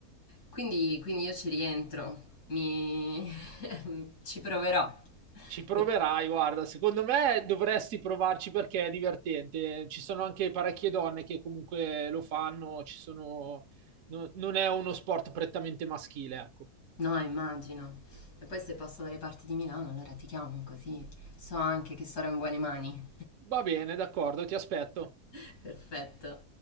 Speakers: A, on the left; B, on the right.
A: Quindi, quindi io ci rientro, mi... <laughs> ci proverò.
B: Ci proverai,
A: E-
B: guarda, secondo me dovresti provarci perché è divertente. Ci sono anche parecchie donne che comunque lo fanno, ci sono... no- non è uno sport prettamente maschile, ecco.
A: No, immagino. E poi se passo dalle parti di Milano, allora ti chiamo così so anche che sarò in buone mani.
B: Va bene, d'accordo, ti aspetto.
A: <laughs> Perfetto.